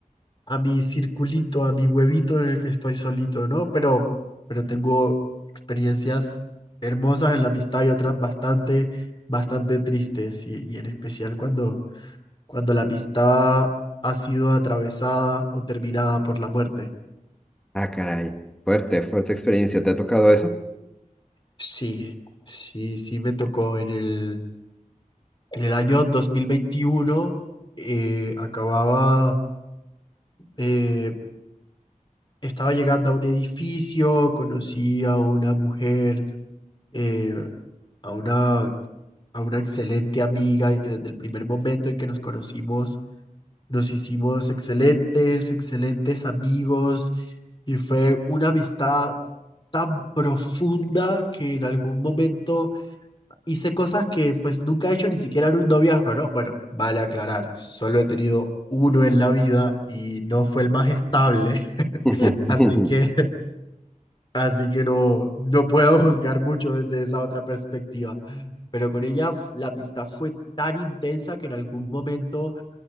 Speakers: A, on the left; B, in the centre.
A: a mi circulito, a mi huevito en el que estoy solito, ¿no? Pero, pero tengo experiencias hermosas en la amistad y otras bastante, bastante tristes, y, y en especial cuando, cuando la amistad ha sido atravesada o terminada por la muerte.
B: Ah, caray, fuerte, fuerte experiencia. ¿Te ha tocado eso?
A: Sí, sí, sí me tocó en el, en el año 2021, eh, acababa... eh, Estaba llegando a un edificio, conocí a una mujer, eh, a una, a una excelente amiga y desde el primer momento en que nos conocimos nos hicimos excelentes, excelentes amigos y fue una amistad tan profunda que en algún momento hice cosas que pues nunca he hecho ni siquiera en un noviazgo, ¿no? Bueno, vale aclarar, solo he tenido uno en la vida y no fue el más estable, <laughs>
B: <laughs>
A: así que Así que no, no puedo juzgar mucho desde esa otra perspectiva. Pero con ella f- la amistad fue tan intensa que en algún momento